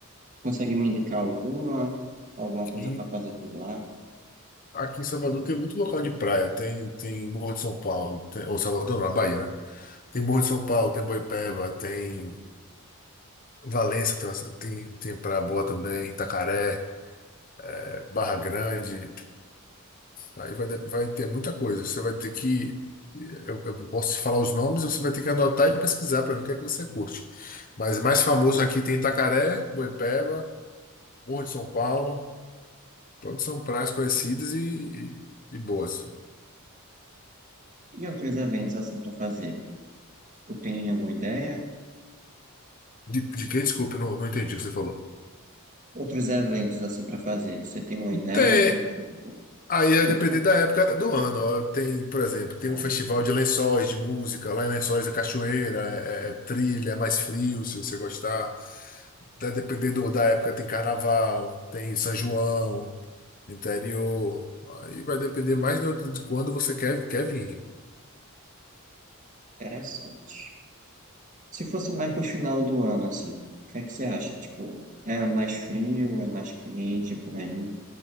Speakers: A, on the right; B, on the left.
A: Consegue me indicar alguma, alguma coisa
B: E
A: para fazer por lá?
B: aqui em Salvador tem muito local de praia. Tem, tem Morro de São Paulo, tem- ou Salvador, não, na Bahia, né? Tem Morro de São Paulo, tem Boipeba, tem Valença, tem, uma- tem, tem praia boa também, Itacaré, eh, Barra Grande. Aí vai, vai ter muita coisa. Você vai ter que. Eu, eu posso te falar os nomes, você vai ter que anotar e pesquisar para ver o que é que você curte. Mas mais famoso aqui tem Itacaré, Boipeba, Morro de São Paulo. Todos são praias conhecidas e, e, e boas.
A: E outros eventos assim para fazer? Tu tem alguma ideia?
B: De, de quem? Desculpa, eu não, não entendi o que você falou.
A: Outros eventos assim para fazer? Você tem uma ideia?
B: Tem,
A: Como, por exemplo,
B: Aí é
A: é,
B: depender
A: fa-
B: da época do ano. Ó, Tem, por exemplo, tem
A: é
B: um festival de lençóis, de música. Lá em Lençóis é cachoeira, é, é- é trilha, é mais frio, se você gostar. Tá dependendo da época, tem carnaval, tem São João, interior. Aí vai depender mais do- do- de quando você quer, quer vir.
A: interessante. Se fosse mais pro final do ano, assim, o que é que você acha? Tipo, é mais frio, é mais quente é por aí?